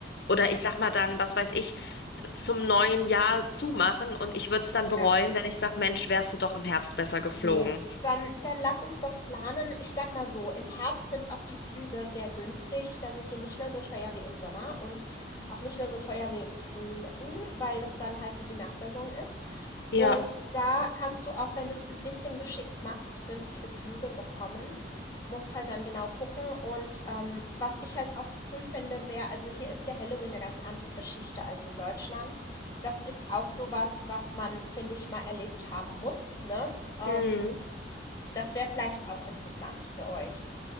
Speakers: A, on the left; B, on the left.
A: oder ich sag mal dann, was weiß ich, zum neuen Jahr zumachen. Und ich würd's dann bereuen,
B: ja.
A: wenn ich sag, Mensch, wärst du doch im Herbst besser geflogen.
B: Nee. Dann, dann lass uns das planen. Ich sag mal so, im Herbst sind auch die Flüge sehr günstig. Da sind die nicht mehr so teuer wie im Sommer und auch nicht mehr so teuer wie im Frühling, weil das dann halt so die Nachsaison ist.
A: Ja.
B: Und da kannst du auch, wenn du es ein bisschen geschickt machst, günstige Flüge bekommen. Musst halt dann genau gucken und, ähm, was ich halt auch cool finde, wäre also hier ist ja Halloween eine ganz andere Geschichte als in Deutschland. Das ist auch so was, was man, finde ich, mal erlebt haben muss, ne? Ähm
A: Mhm.
B: das wäre vielleicht auch interessant für euch,